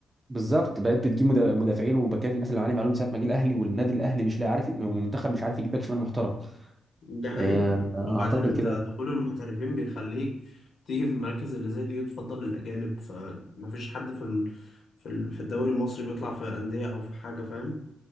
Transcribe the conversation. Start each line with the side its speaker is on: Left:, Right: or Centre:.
Right: بالظبط بقيت بتجيب مدا- مدافعين وباكات مثلا علي معلوم من ساعة ما جه الأهلي والنادي الأهلي مش لاقي عارف والمنتخب مش عارف يجيب باك شمال محترم
Left: ده حقيقي
Right: آه،
Left: وبعدين
Right: أعتقد
Left: انت
Right: كده
Left: دخول المحترفين بيخليك تيجي في المراكز اللي زي دي وتفضل الأجانب فمفيش حد في ال... في ال... في الدوري المصري بيطلع في أندية أو في حاجة فاهم